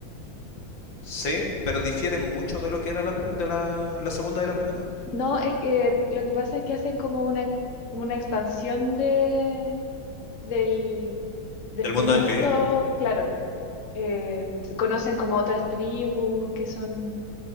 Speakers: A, on the left (about 70°); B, on the left (about 40°).
A: Sí, pero difiere
B: Sí.
A: mucho de lo que era la, de la, la segunda de la primera.
B: No, es que lo que pasa es que hacen como una, como una expansión de, del, de
A: Del
B: este
A: mundo
B: mundo,
A: en el que viven.
B: claro. eh, se conocen como otras tribus que son